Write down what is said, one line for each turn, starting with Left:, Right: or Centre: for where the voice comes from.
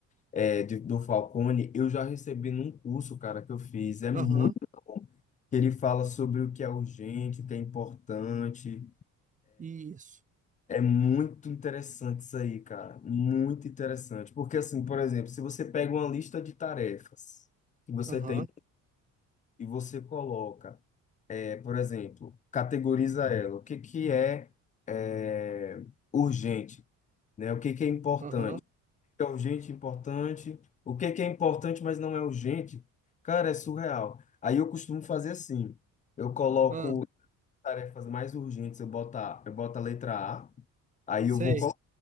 Left: é, de- do Falcone, eu já recebi num curso, cara, que eu fiz. É muito.
Right: Aham,
Left: Ele fala sobre o que é urgente, o que é importante.
Right: isso.
Left: É muito interessante isso aí, cara. Muito interessante. Porque, assim, por exemplo, se você pega uma lista de tarefas que você
Right: Aham,
Left: tem e você coloca, é, por exemplo, categoriza ela. O que que é, é, urgente, né? O que que é importante?
Right: aham,
Left: O que é urgente, importante. O que que é importante, mas não é urgente? Cara, é surreal. Aí eu costumo fazer assim. Eu coloco
Right: aham,
Left: tarefas mais urgentes, eu boto a, eu boto a letra A, aí
Right: sei.
Left: eu vou